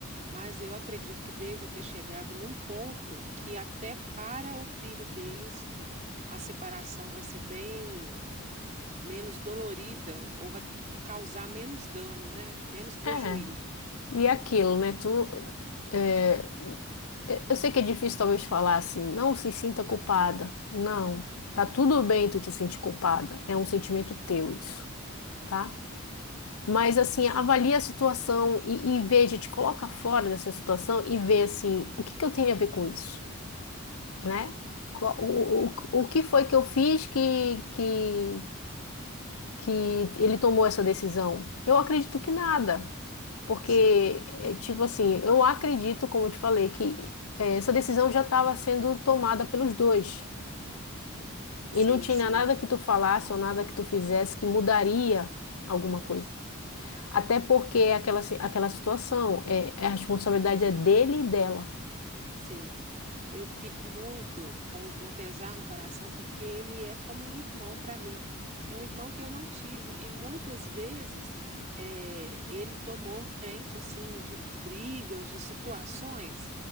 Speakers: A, on the right; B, on the left.
A: mas eu acredito que deva ter chegado num ponto que até para o filho deles a separação vai ser bem menos dolorida ou vai causar menos dano, né? Menos prejuízo.
B: é. E é aquilo, né? Tu, é, Eu eu sei que é difícil talvez falar assim, não se sinta culpada. Não, tá tudo bem tu te sentir culpada. É um sentimento teu isso, tá? Mas assim,
A: Sim,
B: avalia a situação e, e veja, te coloca fora dessa situação e vê assim, o que que eu tenho a ver com isso, né? Qual- O, o, o que foi que eu fiz que, que, que ele tomou essa decisão? Eu acredito que nada. Porque,
A: sim,
B: é, tipo assim, eu acredito, como eu te falei, que é, essa decisão já estava sendo tomada pelos dois.
A: sim.
B: E não tinha
A: sim.
B: nada que tu falasse ou nada que tu fizesse que mudaria alguma coisa. Até porque é aquela, si- aquela situação, é, é a responsabilidade é dele e dela.
A: Sim, eu fico muito com um pesar no coração porque ele é como um irmão para mim. É um irmão que eu não tive e muitas vezes eh, ele tomou frente assim de brigas, de situações